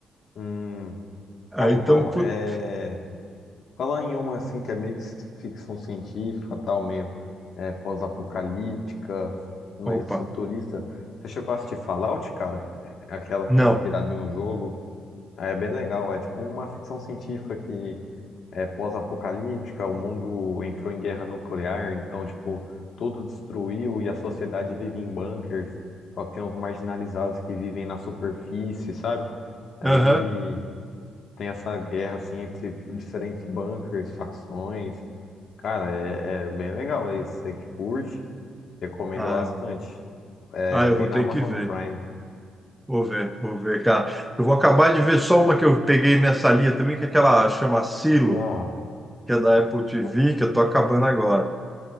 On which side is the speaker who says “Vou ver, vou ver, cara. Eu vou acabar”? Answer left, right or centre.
Centre